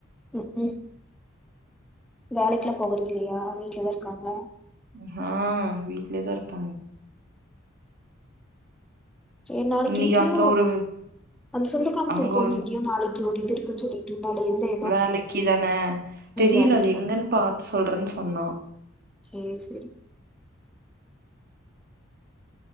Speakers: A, in the centre; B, on the right.
A: உ உ வேலைக்லா போகற்து இல்லையா வீட்லதா இர்க்காங்க
B: ஹா வீட்லேதா இருப்பாங்க
A: சேர் நாளிக்கி
B: இன்னைக்கு
A: க்யு
B: அங்க ஒரு
A: அந்த சொந்தக்கார்த்து
B: அங்க
A: பொண்ணு
B: ஒரு
A: எங்க்யோ நாளைக்கு ஓட்டிட்டுருக்குன் சொல்லி ரிப்போட் என்னெ
B: வேலக்கி தான தெரில
A: வேலைக்குதா
B: அது எங்கன் பாத்து சொல்றன் சொன்னா
A: சே சரி